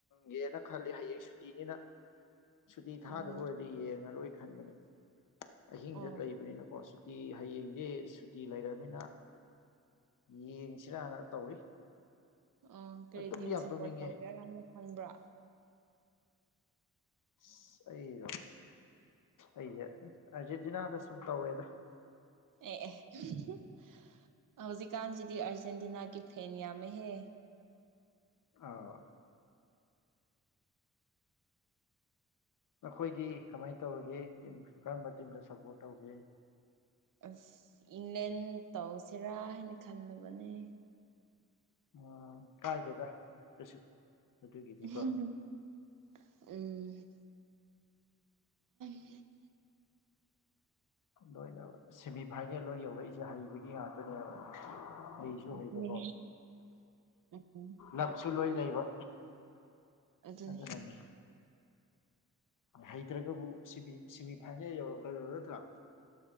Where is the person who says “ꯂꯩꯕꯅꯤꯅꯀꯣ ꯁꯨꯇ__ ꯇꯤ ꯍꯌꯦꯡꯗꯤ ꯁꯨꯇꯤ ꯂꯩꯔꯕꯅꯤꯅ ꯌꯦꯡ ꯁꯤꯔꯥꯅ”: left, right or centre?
Left